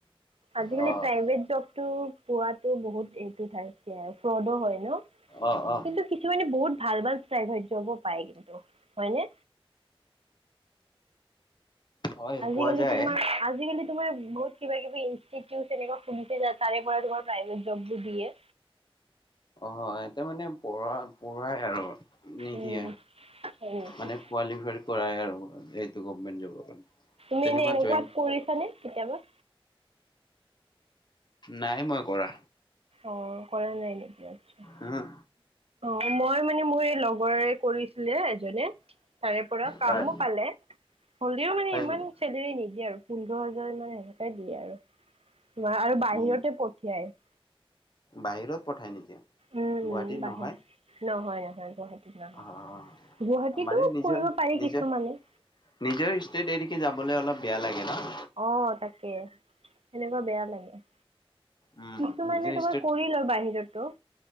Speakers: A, on the right; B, on the left.
A: আজিকালি
B: অ'
A: প্ৰাইভেট জবতটোও, পোৱাতো বহুত <unintelligible> কে আৰু, ফ্ৰডো হয় ন?
B: অ' অ'
A: কিন্তু কিছুমানে বহুত ভাল-ভাল প্ৰাইভেট জবো পায়, কিন্তু হয় নে?
B: হয়,
A: আজিকালি
B: পোৱা যায়।
A: তোমাৰ আজিকালি তোমাৰ, বহুত কিবা-কিবি ইনচটিটিউট, তেনেকুৱা খুলিছে যে, তাৰে পৰা তোমাৰ প্ৰাইভেট জববোৰ দিয়ে।
B: হয়, তেওঁ মানে, পঢ়া-পঢ়াই আৰু নিদিয়ে
A: উম হয় নেকি
B: মানে কোৱালিফাই কৰাই আৰু এইটো গভমেণ্ট জবৰ কাৰণে
A: মানে
B: তেনেকুৱা
A: এনেকুৱা
B: জইন
A: কৰিছানে কেতিয়াবা
B: নাই মই কৰা
A: অ কৰা নাই নেকি আচ্ছা
B: উম
A: অ মই মানে মোৰ এই লগৰ কৰিছিলে এজনে তাৰে পৰা কামো
B: হয়
A: পালে হলেও মানে
B: হয়
A: ইমান
B: নেকি?
A: চেলেৰী নিদিয়ে আৰু পোন্ধৰ হাজাৰ মান সেনেকে দিয়ে আৰু তোমাৰ আৰু বাহিৰতে
B: উম,
A: <unintelligible> <unintelligible>
B: বাহিৰত পঠায় নেকি
A: উম
B: গুৱাহাটীত
A: উম বাহিৰ
B: নহয়
A: নহয় নহয় গুৱাহাটীত নহয়
B: অ'।
A: গুৱাহাটীতো
B: মানে নিজৰ
A: কৰিব পাৰি
B: নিজৰ
A: কিছুমানে
B: নিজৰ ষ্টেট এৰিকে যাবলৈ অলপ বেয়া লাগে ন
A: অ তাকে সেনেকুৱা বেয়া লাগে
B: উম,
A: কিছুমানে
B: নিজৰ
A: তোমাৰ
B: ষ্টেট
A: কৰিলয় আৰু বাহিৰতো